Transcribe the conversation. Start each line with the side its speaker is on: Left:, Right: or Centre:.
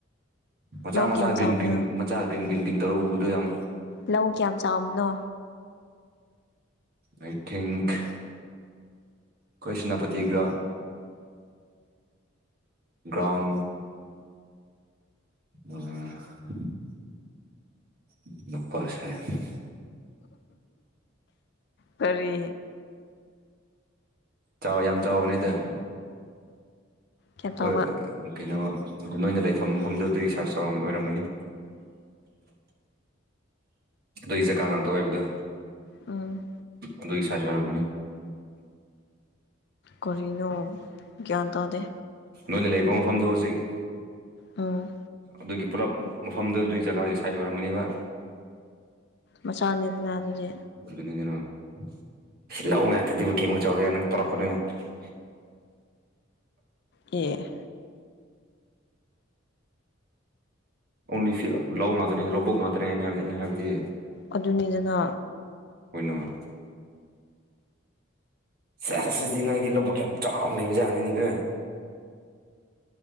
Right: ꯃꯆꯥ
Left: ꯂꯧ
Right: ꯃꯆꯥ
Left: ꯀꯌꯥꯝ
Right: ꯒ꯭ꯔꯤꯟ
Left: ꯆꯥꯎꯕꯅꯣ
Right: ꯒ꯭ꯔꯤꯟ ꯃꯆꯥ ꯒ꯭ꯔꯤꯟ ꯒꯤꯟ ꯒꯤꯟ ꯇꯧꯔ ꯎꯕꯗꯨ ꯌꯥꯝ
Left: ꯂꯧ ꯀ꯭ꯌꯥꯝ ꯆꯥꯎꯃꯅꯣ
Right: ꯑꯥꯏ ꯊꯤꯡꯈ ꯈꯣꯏ ꯁꯤꯅꯥꯄꯇꯤꯒ ꯒ꯭ꯔꯥꯎꯟ ꯑ <unintelligible>
Left: ꯀꯔꯤ
Right: ꯆꯥꯎ ꯌꯥꯝ ꯆꯥꯎꯕꯅꯤꯗ
Left: ꯀꯌꯥꯝ
Right: ꯑꯩꯈꯣꯏ
Left: ꯆꯥꯎꯕ
Right: ꯀꯩꯅꯣ ꯑꯗꯨ ꯅꯣꯏꯅ ꯂꯩꯐꯝ ꯃꯐꯝꯗꯨꯗꯤ ꯁꯥꯔꯖ ꯆꯥꯎꯒꯤ ꯑꯣꯏꯔꯝꯒꯅꯤ ꯑꯗꯨꯏ ꯖꯒꯥ ꯉꯥꯛꯇ ꯑꯣꯏꯕꯗꯨ
Left: ꯎꯝ
Right: ꯑꯗꯨꯒꯤ ꯁꯥꯏꯁ ꯑꯣꯏꯔꯝꯒꯅꯤ
Left: ꯀꯔꯤꯅꯣ ꯒ꯭ꯌꯥꯟ ꯇꯥꯗꯦ
Right: ꯅꯣꯏꯅ ꯂꯩꯕ ꯃꯐꯝꯗꯨ ꯍꯧꯖꯤꯛ
Left: ꯎꯝ
Right: ꯑꯗꯨꯒꯤ ꯄꯨꯂꯞ ꯃꯐꯝꯗꯣ ꯑꯗꯨꯏ ꯖꯒꯥꯒꯤ ꯁꯥꯏꯖ ꯑꯣꯏꯔꯝꯒꯅꯤꯕ
Left: ꯃꯆꯥꯅꯤꯗꯅ ꯑꯗꯨꯗꯤ
Right: <unintelligible>
Left: ꯑꯦ
Right: ꯑꯣꯡꯂꯤ ꯐꯤ ꯂꯧ ꯉꯥꯛꯇꯅꯦ ꯂꯧꯕꯨꯛ ꯉꯥꯛꯇꯅꯦ ꯑꯩꯅ ꯍꯥꯏꯕ ꯑꯩꯅ ꯍꯥꯏꯕꯗꯤ
Left: ꯑꯗꯨꯅꯤꯗꯅ
Right: <unintelligible> ꯁꯦꯁ ꯑꯗꯨꯗꯤ ꯅꯣꯏꯗꯤ ꯂꯧꯕꯨꯛ ꯌꯥꯝ ꯆꯥꯎꯅ ꯂꯩꯕ ꯖꯥꯠꯅꯤꯅꯦ ꯀꯨ